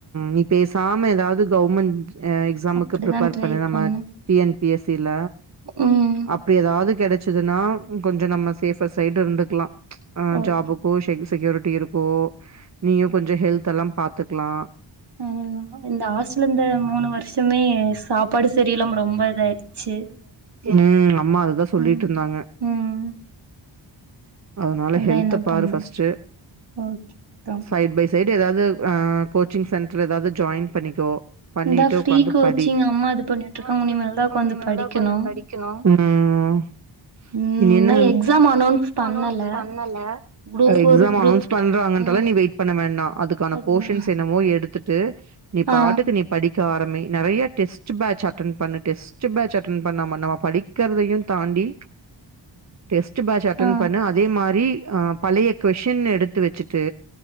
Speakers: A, on the right; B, on the right.
A: நீ பேசாம ஏதாவது கவுர்மண் அ எக்ஸாமுக்கு
B: அப்டிதா
A: ப்ரிப்பேர்
B: ட்ரை
A: பண்ண நம்ம
B: பண்ணே
A: டிஎன் தில
B: ம்
A: அப்ப எதாது கெடச்சிதுன்னா கொஞ்ச நம்ம சேஃப்ப சைடு இருந்துக்கலா அ
B: ஓகே
A: ஜாபுக்கோ செ செக் செக்யூ ட்டி இருக்கோ நீங்க கொஞ்சோ ஹெல்த்லெல்லா பாத்து கிலா
B: ம் இந்த ஆஹாஸ்டல இந்த மூணு வருஷமே சாப்பாடு சரியில்லாம ரொம்ப இதாயிடுச்சி
A: ம் அம்மா அதுதா சொல்லிட்டு
B: ம்
A: இருந்தாங்க
B: ம்
A: அதனால
B: அதா
A: ஹெல்த்த
B: என்ன
A: பாரு
B: பண்ற
A: ஃபஸ்ட்டு
B: ஓகே அப்றோ
A: சைடு பை சைட் ட்டு எதாது கோ ச்சிங் சென்டர் எதாது ஜாயின் பண்ணிக்கோ பண்ணிட்டு
B: இந்தா ஃப்ரீ
A: உக்காந்து
B: கோச்சிங்
A: படி
B: அம்மா இது பண்ணிட்டு
A: அம்மா
B: இருக்காங்க
A: இது
B: இனிமேல்தா
A: பண்ணிட்டுருக்கு
B: உக்காந்து
A: இனிமேல்தா
B: படிக்கணு
A: உக்காந்து படிக்கணு ம்
B: ம்
A: இனி
B: இன்னு
A: என்ன
B: எக்ஸாம் அனௌன்ஸ் பண்ணல
A: அனோன்ஸ் பண்ணல
B: group four
A: exam
B: group
A: announce
B: two
A: பண்றங்கத
B: ம்
A: நீ வெயிட் பண்ண வேண்டா அதுக்கான
B: அதுதா
A: போசான்ஸ் என்னவோ எடுத்து ட்டு நீ பாட்டுக்கு
B: ஆ
A: நீ படி ட்டாரமே நெறைய டெஸ் பேஜ் அட்டன் பண்ணு டெஸ்ட் பேஜ் அட்டன் பண்ணாமா நம்ம படிக்கிறதயு தாண்டி டெஸ்பேஜ் அட் ட்டன்
B: ஆ
A: பண்ணு அதே மாரி ஆ பழைய கொஷன் எடுத்து வச்சிட்டு